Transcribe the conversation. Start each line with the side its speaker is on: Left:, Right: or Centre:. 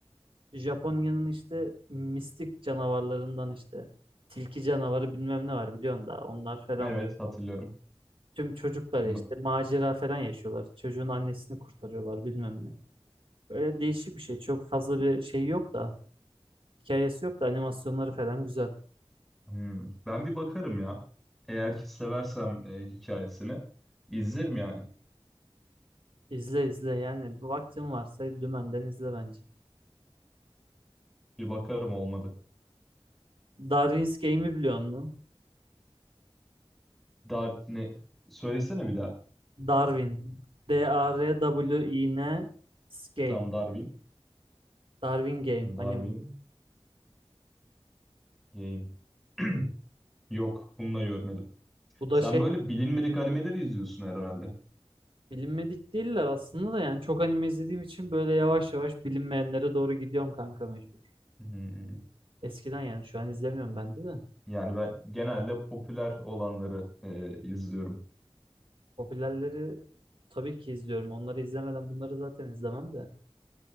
Right: Japonya'nın işte mistik canavarlarından işte tilki canavarı bilmem ne var biliyorsun da onlar falan
Centre: evet hatırlıyorum.
Right: Tüm çocuklar
Centre: N-
Right: işte macera falan yaşıyorlar. Çocuğun annesini kurtarıyorlar bilmem ne. böyle değişik bir şey. Çok fazla bir şey yok da. Hikayesi yok da animasyonları falan güzel.
Centre: Hmm, Ben bir bakarım ya. Eğer ki seversem e, hikayesini izlerim yani.
Right: İzle izle yani. Bir Vaktin varsa dümenden izle bence.
Centre: Bir bakarım olmadı.
Right: Darwin's Game'i biliyor musun?
Centre: Dar ne söylesene bir daha.
Right: Darwin. D-A-R-W-I-N Game.
Centre: Tam Darwin.
Right: Darwin Game. Anime.
Centre: Darwin Game. <clears throat> Yok, bunu da görmedim.
Right: Bu da
Centre: Sen
Right: şey
Centre: böyle bilinmedik animeleri izliyorsun herhalde.
Right: bilinmedik değiller aslında da yani çok anime izlediğim için böyle yavaş yavaş bilinmeyenlere doğru gidiyorum kanka mecbur.
Centre: Hmm.
Right: Eskiden yani şu an izlemiyorum ben de de.
Centre: Yani ben genelde popüler olanları e, izliyorum.
Right: Popülerleri tabii ki izliyorum. Onları izlemeden bunları zaten izlemem de.